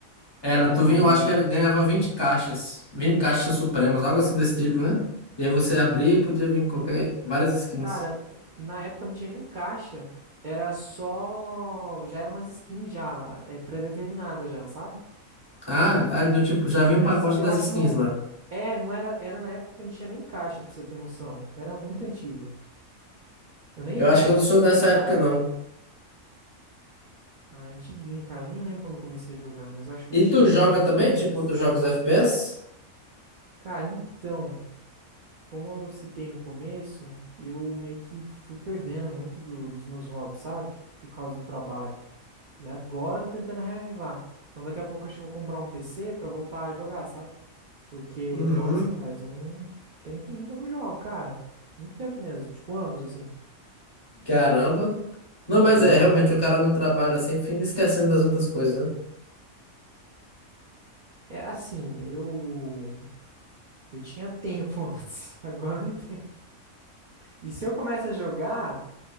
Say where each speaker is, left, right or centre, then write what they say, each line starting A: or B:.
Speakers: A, on the left; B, on the right.
A: Era,
B: Aí,
A: tu vinha, eu acho que era, ganhava vinte caixas, 20 caixas supremas, algo assim desse tipo, né? E aí você abria e podia vir qualquer, várias skins.
B: cara, na época não tinha nem caixa, era só, já era umas skins já, é, pré-determinadas já, sabe?
A: Ah, aí do tipo, já
B: Já
A: vinha
B: vinha
A: um pacote
B: as skins. Eu
A: das
B: acho
A: skins
B: que não,
A: lá.
B: é, não era, era na época que não tinha nem caixa, pra você ter noção. Era muito antigo. Eu nem,
A: Eu acho
B: eu nem
A: que eu não
B: sei
A: sou dessa
B: como é que
A: época,
B: tá hoje.
A: não.
B: Ah, antiguinho, cara. Eu Nem lembro quando eu comecei a jogar, mas eu acho que
A: E
B: eu tinha
A: tu joga
B: uns
A: também, tipo,
B: 17.
A: outros jogos FPS?
B: Cara, então, como eu citei no começo, eu meio que fui perdendo muito do- dos meus hobbies, sabe? Por causa do trabalho. E agora eu tô tentando reavivar. Então daqui a pouco acho que eu vou comprar um PC pra voltar a jogar, sabe? Porque,
A: Uhum.
B: nossa, faz um tempinho que eu não jogo, cara. Muito tempo mesmo, tipo anos assim,
A: Caramba. Não, mas
B: juro.
A: é, realmente, o cara não trabalha assim, fica esquecendo das outras coisas, né?
B: É assim, eu eu tinha tempo <laughs> antes, agora não tem. E se eu começo a jogar,